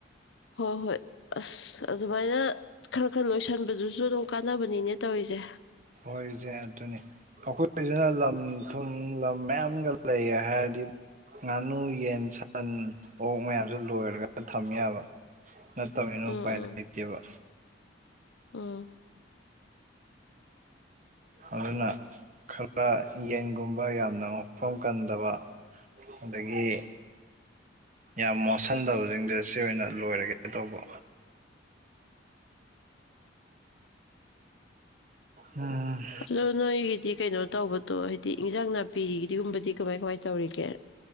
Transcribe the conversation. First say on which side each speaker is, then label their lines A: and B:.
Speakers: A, on the left; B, on the right.
A: ꯍꯣꯏ-ꯍꯣꯏ ꯑꯁ ꯑꯗꯨꯃꯥꯏꯅ ꯈꯔ-ꯈꯔ ꯂꯣꯏꯁꯟꯕꯗꯨꯁꯨ ꯑꯗꯨꯝ ꯀꯥꯟꯅꯕꯅꯤꯅꯦ ꯇꯧꯔꯤꯖꯦ
B: ꯍꯣꯏꯁꯦ ꯑꯗꯨꯅꯤ ꯑꯩꯈꯣꯏꯁꯤꯅ ꯂꯝ ꯊꯨꯝ ꯂꯝ ꯃꯌꯥꯝꯒ ꯂꯩꯒꯦ ꯍꯥꯏꯔꯗꯤ ꯉꯥꯅꯨ ꯌꯦꯟ ꯁꯟ ꯑꯣꯛ ꯃꯌꯥꯝꯁ ꯂꯣꯏꯔꯒ ꯊꯝꯃꯦ ꯌꯥꯕ ꯅꯠꯇꯕꯅ
A: ꯎꯝ
B: ꯎꯄꯥꯏ
A: ꯎꯝ
B: ꯂꯩꯇꯦꯕ
A: ꯎꯝ
B: ꯑꯗꯨꯅ ꯈꯔ ꯌꯦꯟꯒꯨꯝꯕ ꯌꯥꯝꯅ ꯃꯐꯝ ꯀꯟꯗꯕ ꯑꯗꯒꯤ ꯌꯥꯝ ꯃꯣꯠꯁꯟꯗꯕꯁꯤꯡꯁꯦ ꯁꯤ ꯑꯣꯏꯅ ꯂꯣꯏꯔꯒꯦ ꯇꯧꯕ ꯎꯝ
A: ꯑꯂꯣ ꯅꯣꯏꯒꯤꯗꯤ ꯀꯩꯅꯣ ꯇꯧꯕꯗꯣ ꯍꯥꯏꯗꯤ ꯏꯟꯖꯥꯡ ꯅꯥꯄꯤꯒꯤꯗꯤꯒꯨꯝꯕꯗꯤ ꯀꯃꯥꯏ ꯀꯃꯥꯏ ꯇꯧꯔꯤꯒꯦ